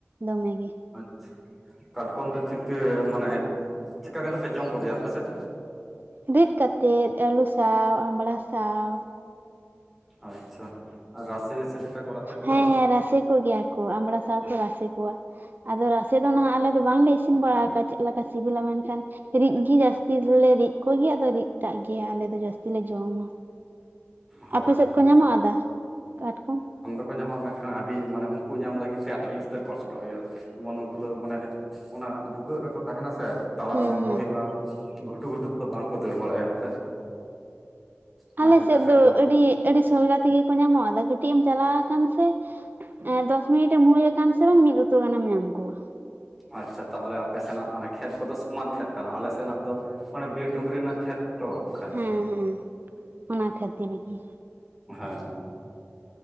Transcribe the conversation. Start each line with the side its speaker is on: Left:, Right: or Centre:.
Right: ᱫᱚᱢᱮ ᱜᱮ
Centre: ᱟᱪᱪᱷᱟ ᱠᱟᱴᱠᱚᱢ ᱫᱚ ᱪᱤᱠᱟᱹ ᱢᱟᱱᱮ ᱪᱮᱫᱠᱟ ᱠᱟᱛᱮ ᱯᱮ ᱡᱚᱢ ᱠᱚᱜᱮᱭᱟ ᱟᱯᱮ ᱥᱮᱫ?
Right: ᱨᱤᱫ ᱠᱟᱛᱮᱫ ᱟᱹᱞᱩ ᱥᱟᱶ ᱟᱢᱵᱲᱟ ᱥᱟᱶ᱾
Centre: ᱟᱪᱪᱷᱟ ᱟᱨ ᱨᱟᱥᱮ ᱥᱮ ᱪᱮᱫᱠᱟ ᱠᱚ ᱠᱚᱫᱚ?
Right: ᱦᱮᱸ ᱦᱮᱸ ᱨᱟᱥᱮ ᱠᱚ ᱜᱮᱭᱟ ᱠᱚ ᱟᱢᱲᱟ ᱥᱟᱶ ᱠᱚ ᱨᱟᱥᱮ ᱠᱚᱣᱟ ᱟᱫᱚ ᱨᱟᱥᱮ ᱫᱚ ᱱᱟᱦᱟᱜ ᱟᱞᱮ ᱟᱫᱚ ᱵᱟᱝᱞᱮ ᱤᱥᱤᱱ ᱵᱟᱲᱟ ᱟᱠᱟᱫᱼᱟ ᱪᱮᱫ ᱞᱮᱠᱟ ᱥᱤᱵᱤᱞᱟ ᱢᱮᱱᱠᱷᱟᱱ ᱨᱤᱫ ᱜᱤ ᱡᱟᱹᱥᱛᱤ ᱫᱚᱞᱮ ᱨᱤᱫ ᱠᱚᱜᱮᱭᱼᱟ ᱟᱫᱚ ᱨᱤᱫ ᱴᱟᱜ ᱜᱮ ᱟᱞᱮ ᱫᱚ ᱡᱟᱹᱥᱛᱤ ᱛᱤ ᱞᱮ ᱡᱚᱢᱟ
Centre: ᱦᱳᱭᱛᱚ
Right: ᱟᱯᱮ ᱥᱮᱫ ᱠᱚ ᱧᱟᱢᱚᱜᱼᱟ ᱫᱟ ᱠᱟᱴᱠᱚᱢ?
Centre: ᱵᱟᱠᱚ ᱧᱟᱢᱟ ᱢᱮᱱᱠᱷᱟᱱ ᱟᱹᱰᱤ ᱢᱟᱱᱮ ᱩᱱᱠᱩ ᱧᱟᱢ ᱞᱟᱹᱜᱤᱫ ᱥᱮ ᱟᱹᱰᱤ ᱩᱥᱛᱟᱹᱨ ᱠᱚᱥᱴᱚ ᱦᱩᱭᱩᱜᱼᱟ ᱡᱮᱢᱚᱱ ᱩᱱᱠᱩ ᱫᱚ ᱢᱟᱱᱮ ᱚᱱᱟ ᱵᱷᱩᱜᱟᱹᱜ ᱨᱮᱠᱚ ᱛᱟᱦᱮᱱᱼᱟ ᱥᱮ ᱛᱟᱲᱟᱣ
Right: ᱦᱮᱸ
Centre: ᱳᱰᱳᱝ
Right: ᱦᱮᱸ
Centre: ᱠᱚ ᱦᱳᱭᱳᱜᱼᱟ ᱜᱷᱩᱴᱩ ᱜᱷᱩᱴᱩ ᱛᱮᱫᱚ ᱵᱟᱝᱠᱚ ᱫᱟᱹᱲ ᱵᱟᱲᱟᱭᱟ ᱠᱷᱟᱡ ᱚᱱᱟ
Right: ᱟᱞᱮ
Centre: ᱠᱷᱟᱹᱛᱤᱨ
Right: ᱥᱮᱫ
Centre: ᱛᱮ ᱠᱷᱟᱡ
Right: ᱫᱚ
Centre: ᱠᱚ
Right: ᱟᱹᱰᱤ ᱟᱹᱰᱤ ᱥᱚᱞᱜᱟ ᱛᱮᱜᱮ ᱠᱚ ᱧᱟᱢᱚᱜᱼᱟ ᱠᱟᱹᱴᱤᱡ ᱮᱢ ᱪᱟᱞᱟᱣ ᱟᱠᱟᱱ ᱥᱮ ᱫᱚᱥ ᱢᱤᱱᱤᱴ ᱮᱢ ᱦᱩᱭ ᱟᱠᱟᱱ ᱥᱮ ᱵᱟᱝ ᱢᱤᱫ ᱩᱛᱩ ᱜᱟᱱᱮᱢ ᱧᱟᱢ ᱠᱚᱣᱟ
Centre: ᱟᱪᱪᱷᱟ ᱛᱟᱦᱚᱞᱮ ᱟᱯᱮ ᱥᱮᱱᱟᱜ ᱢᱟᱱᱮ ᱠᱷᱮᱛ ᱠᱚᱫᱚ ᱥᱚᱢᱟᱱ ᱠᱷᱮᱛ ᱠᱟᱱᱟ ᱟᱞᱮ ᱥᱮᱱᱟᱜ ᱫᱚᱼᱼ ᱚᱱᱮ ᱵᱤᱨ ᱰᱩᱺᱝᱨᱤ ᱨᱮᱱᱟᱜ ᱠᱷᱮᱛ ᱛᱚ ᱠᱷᱟᱡ
Right: ᱦᱮᱸ ᱦᱮᱸ ᱚᱱᱟ ᱠᱷᱟᱹᱛᱤᱨ ᱜᱮ
Centre: ᱦᱮᱸ